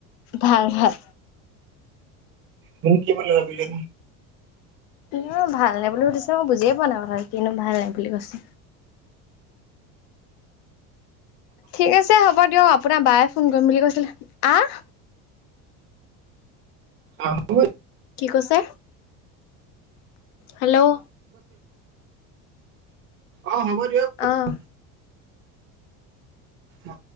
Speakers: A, on the left; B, on the right.
A: ভাল ভাল।
B: মোক কি বুলি ভাবিলে।
A: নহয়, ভাল নে বুলি সুধিছে, মই বুজিয়ে পোৱা নাই কথাটো, কিনো ভালনে বুলি কৈছে। ঠিক আছে হ'ব দিয়ক, আপোনাৰ বায়ে ফোন কৰিম বুলি কৈছিলে, আহ্।
B: আহ্ এই।
A: কি কৈছে? হেল্ল'।
B: অ' হ'ব দিয়ক বোলো।
A: অ
B: অ'।